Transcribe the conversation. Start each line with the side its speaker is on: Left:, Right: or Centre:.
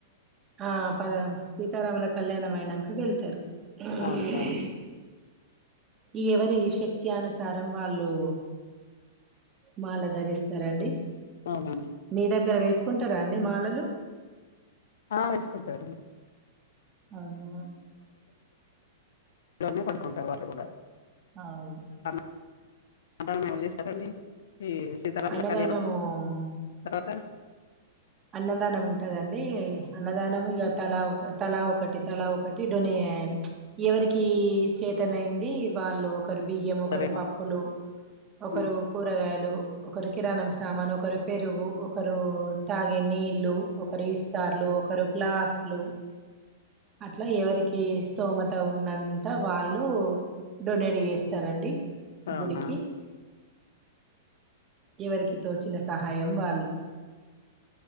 Right: ఆ పద సీతారాముల కళ్యాణం అయినాక వెళ్తారు ఆ <unintelligible>
Left: అవునా
Right: ఈ ఎవరి శక్తి అనుసారం వాళ్ళు మాల ధరిస్తారండి
Left: అవునండి
Right: నీ దగ్గర వేసి కుంటారా అండి మాలలు
Left: ఆ వేసుకుంటారండి
Right: అవుమ <unintelligible>
Left: ఇంట్లోనే పడుకుంటారు వాళ్ళు కూడా
Right: అవును
Left: అంట <unintelligible> ఎవరు చేస్తారండి ఈ సీతారాముల
Right: అన్నదానము
Left: కళ్యాణం తర్వాత
Right: అన్నదానం ఉంటదండి అన్నదానం ఇక తలా ఒక తలా ఒకటి తలా ఒకటి డొనే ఎవరికీ చేతన్ అయింది వాళ్ళు ఒకరు బియ్యం
Left: ఇస్తారేమో
Right: ఒకరు పప్పులు ఒకరు
Left: ఉమ్
Right: కూరగాయలు ఒకరు కిరాణం సామాను ఒకరు పెరుగు ఒకరూ తాగే నీళ్ళు ఒకరు విస్తార్లు ఒకరు గ్లాస్ లు అట్లా ఎవరికి స్తోమత ఉన్నంత వాళ్ళు డొనేట్ చేస్తారండి
Left: అవునా
Right: గుడికి ఎవరికి తోచిన సహా ఐ యం బాలు